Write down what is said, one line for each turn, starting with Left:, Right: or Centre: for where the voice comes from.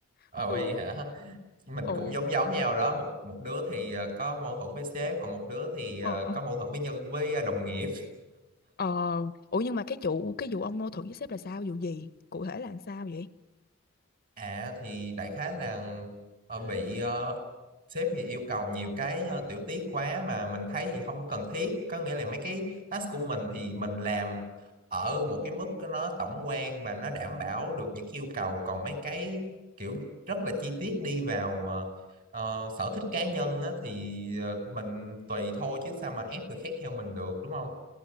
Right: Ờ
Left: <laughs>
Right: vậy hả? mình
Left: Ồ,
Right: cũng giống giống nhau đó một một đứa thì ờ, có mâu thuẫn với sếp còn một đứa thì ờ,
Left: ờ.
Right: có mâu thuẫn với nhân với ờ, đồng nghiệp
Left: Ờ, ủa nhưng mà cái chủ cái vụ ông mâu thuẫn với sếp là sao? Vụ gì? Cụ thể là làm sao vậy?
Right: à thì đại khái là ờ, bị ờ, sếp thì yêu cầu nhiều cái ờ, tiểu tiết quá mà mình thấy thì không có cần thiết có nghĩa là mấy cái task của mình thì mình làm ở một cái mức nó tổng quan và nó đảm bảo được những cái yêu cầu còn mấy cái kiểu rất là chi tiết đi vào ờ, ờ, sở thích cá nhân á, thì ờ, mình tùy thôi chứ sao mà ép người khác theo mình được đúng không